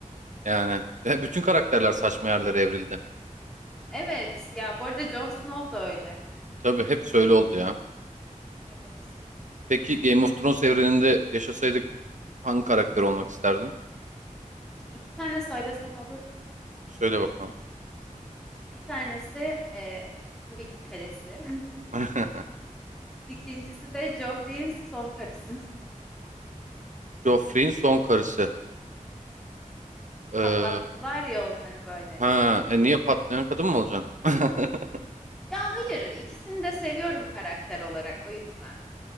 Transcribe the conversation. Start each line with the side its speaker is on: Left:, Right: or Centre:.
Right: Yani ve bütün karakterler saçma yerlere evrildi.
Centre: Evet, ya bu arada Jon Snow da öyle.
Right: Tabii hep öyle oldu ya.
Centre: Evet.
Right: Peki Game of Thrones evreninde yaşasaydık hangi karakter olmak isterdin?
Centre: İki tane söylesem olur mu?
Right: Söyle bakalım.
Centre: Bir tanesi eee, tabii ki kalesi.
Right: <laughs>
Centre: <laughs> İkincisi de Joffrey'in son karısı.
Right: Joffrey'in son karısı.
Centre: <laughs>
Right: Ee,
Centre: Patlattılar ya onları böyle.
Right: ha, e, niye patlayan kadın mı olacaksın? <laughs>
Centre: Ya hayır, ikisini de seviyorum karakter olarak o yüzden.